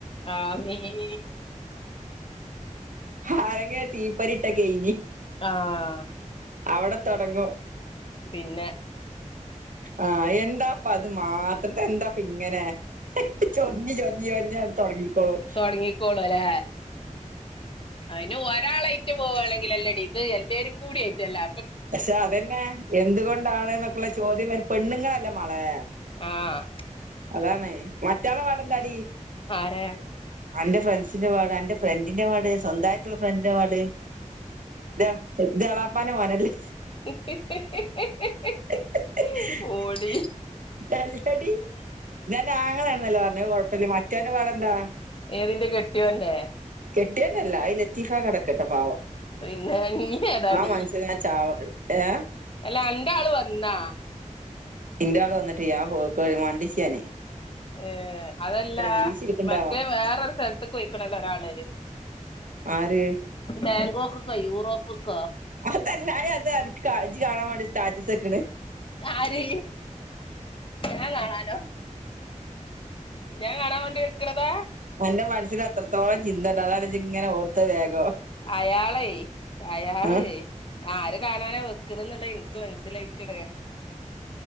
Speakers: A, on the left; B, on the right.
A: ആമീൻ.
B: ആരെങ്കി ഒര് തീപ്പൊരിട്ടാ കെയ്ഞ്ഞ്.
A: ആഹ്.
B: അവടെത്തൊട്ങ്ങും.
A: പിന്നെ.
B: ആഹ് എന്താപ്പത് മാത്രം തെന്താപ്പിങ്ങനെ. ചൊർഞ്ഞ് ചൊർഞ്ഞ് ചൊർഞ്ഞട് തൊട്ങ്ങിക്കൊളും.
A: തൊട്ങ്ങിക്കോളു ലേ അയ്ന് ഒരാളെയ് ട്ട് പോവാണെങ്കിലല്ലെടി ഇത് എല്ലാരും കൂടൈറ്റല്ലെ
B: പക്ഷെ അതന്നെ എന്തുകൊണ്ടാണ് എന്നൊക്കെയുള്ള ചോദ്യം വരും പെണ്ണുങ്ങളല്ല മളെ
A: ആഹ്
B: അതാണ് മറ്റാളെ പാടന്താടി
A: ആരാ
B: അന്റെ ഫ്രണ്ട്സിന്റെ പാട് അന്റെ ഫ്രണ്ടിന്റെ പാട് സ്വന്തയിട്ടുള്ള ഫ്രണ്ടിൻ്റെ പാട് ത്എ ത്എളാപ്പാൻ്റെ മോനല്ലെ
A: <inaudible>
B: <inaudible>
A: ഓടി
B: അല്ലടി ത് അൻ്റ ആങ്ങളേണെന്നല്ലെ പറഞ്ഞയ് അത് കൊഴപ്പല്ല മറ്റോൻ്റെ പാടെന്താ
A: ഏതിന്റെ കെട്ടിയോൻ്റെ
B: കെട്ടിയോൻ്റല്ല ലത്തീഫാക്ക അവ്ടെക്കട്ടെ പാവം
A: പിന്നെ നീ ഏതാടി
B: ആ മന്സനെ ചാവട് ഏ
A: അല്ല അന്റെ ആള് വന്നാ
B: ഇന്റെ ആള് വന്നിട്ട്യ്യ ആ പോക്കോഴി
A: ഏ-
B: മണ്ടിച്ചാനേ
A: ഏ അതല്ല
B: ജീവിച്ചിരിക്കണ്ടാവാ
A: മറ്റേ വേറരു സ്ഥലത്ത്ക്ക് പൊയ്ക്കണല്ലൊ ഒരാള്
B: ആര്
A: ബാങ്കോക്ക്ക്കൊ യൂറോപ്പ്ക്കൊ
B: അതല്ല അയ് എന്താറി ജ് കാണ് കാണാൻ വേണ്ടി സ്റ്റാറ്റസെക്ക്ണ്
A: ആര് ഞാൻ കാണാനോ? ഞാൻ കാണാൻ വേണ്ടി വെക്കണതാ
B: അന്റെ മൻസ്സില് അത്രത്തോളം ചിന്തണ്ട് അതാണ് ജ് ങ്ങനെ ഓർത്തത് വേഗം
A: അയാളെയ് അയാളെയ്
B: ആ.
A: ആര് കാണാനാ വെക്കണന്നുള്ള ഇൻക്ക് മനസ്സിലായി ക്ക്ണ്